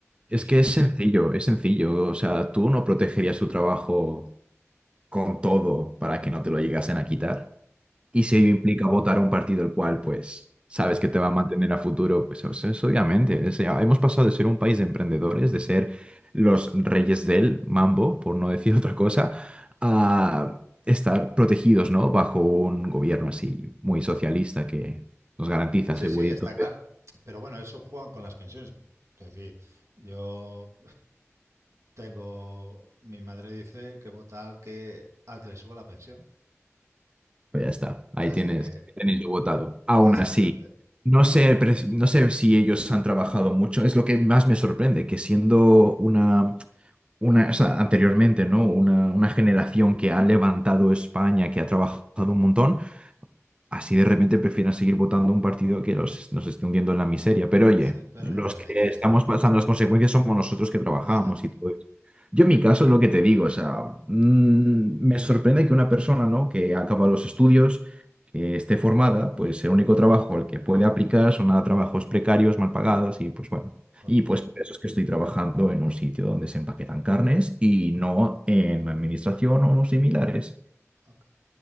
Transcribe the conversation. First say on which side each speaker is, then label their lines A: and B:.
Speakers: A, on the right (about 75°); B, on the right (about 20°).
A: Y,
B: es que es sencillo, es sencillo. O sea, tú no protegerías tu trabajo con todo para que no te lo llegasen a quitar. Y si
A: hombre,
B: ello implica votar a un partido el cual, pues, sabes
A: claro.
B: que te va a mantener a futuro, pues o sea, es obviamente. es- ya hemos pasado de ser un país de emprendedores, de ser los reyes del mambo, por no decir <laughs> otra cosa, a estar protegidos, ¿no? Bajo un gobierno así muy socialista que nos garantiza
A: sí,
B: seguridad.
A: sí, está claro. Pero bueno, eso juegan con las pensiones. Es decir, yo tengo, mi madre dice que vota al que, al que le suba la pensión.
B: Pues ya está, ahí
A: Así
B: tienes,
A: que,
B: ahí tenéis lo votado. Aún
A: exactamente.
B: así. No sé, pre- no sé si ellos han trabajado mucho. Es lo que más me sorprende, que siendo una una, o sea, anteriormente, ¿no? Una, una generación que ha levantado España, que ha trabajado un montón. Así de repente prefieren seguir votando un partido que los- nos esté hundiendo en la miseria. Pero oye,
A: Sí, pero
B: los
A: no lo ven
B: que
A: ellos.
B: estamos pasando las consecuencias somos nosotros que trabajamos
A: Exacto,
B: y todo eso. Yo en mi caso es lo que te digo, o sea, mm, me sorprende que una persona, ¿no? que ha acabado los estudios, que esté formada, pues el único trabajo al que puede aplicar son a trabajos precarios, mal pagados y pues bueno.
A: correcto.
B: Y pues por eso es que estoy trabajando en un sitio donde se empaquetan carnes y no en administración o similares.
A: Ok.